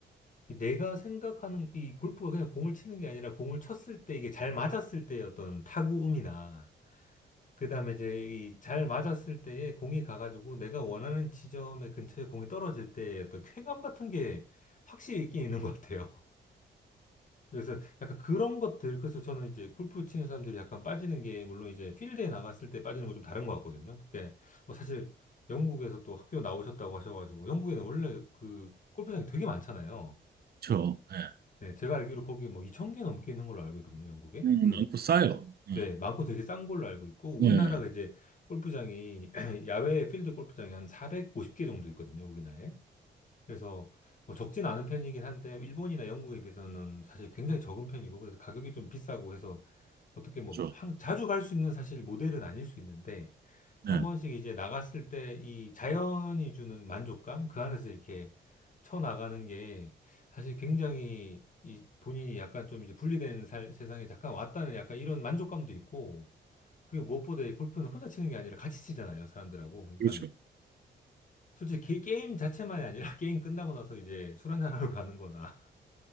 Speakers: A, on the left; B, on the right.
A: 내가 생각하는 이 골프가 그냥 공을 치는 게 아니라 공을 쳤을 때 이게 잘 맞았을 때의 어떤 타구음이나 그다음에 이제 이 잘 맞았을 때에 공이 가가지고 내가 원하는 지점의 근처에 공이 떨어질 때의 어떤 쾌감 같은 게 확실히 있긴 있는 것 같아요. 그래서 약간 그런 것들, 그래서 저는 이제 골프 치는 사람들이 약간 빠지는 게, 물론 이제 필드에 나갔을 때 빠지는 건 좀 다른 것 같거든요. 그게 뭐 사실 영국에서 또 학교 나오셨다고 하셔가지고, 영국에는 원래 그 골프장이 되게 많잖아요.
B: 그렇죠. 네.
A: 네, 제가 알기로 거기 뭐 2,000개 넘게 있는 걸로 알고 있거든요, 영국에.
B: 음,
A: 그,
B: 많고 싸요. 네,
A: 네, 많고 되게 싼 걸로 알고 있고,
B: 네,
A: 우리나라가 이제 골프장이, <clears throat> 야외 필드 골프장이 한 450개 정도 있거든요, 우리나라에. 그래서 뭐 적진 않은 편이긴 한데 일본이나 영국에 비해서는 사실 굉장히 적은 편이고 그래서 가격이 좀 비싸고 해서 어떻게 뭐
B: 그렇죠.
A: 항- 자주 갈 수 있는 사실 모델은 아닐 수 있는데
B: 네,
A: 한 번씩 이제 나갔을 때 이 자연이 주는 만족감 그 안에서 이렇게 쳐 나가는 게 사실 굉장히 이 본인이 약간 좀 이제 분리된 살, 세상에 잠깐 왔다는 약간 이런 만족감도 있고 그리고 무엇보다 이 골프는 혼자 치는 게 아니라 같이 치잖아요 사람들하고 그러니까
B: 그렇죠.
A: 솔직히 게, 게임 자체만이 아니라 <laughs> 게임 끝나고 나서 이제 술 한잔하러 가는 거나 <laughs>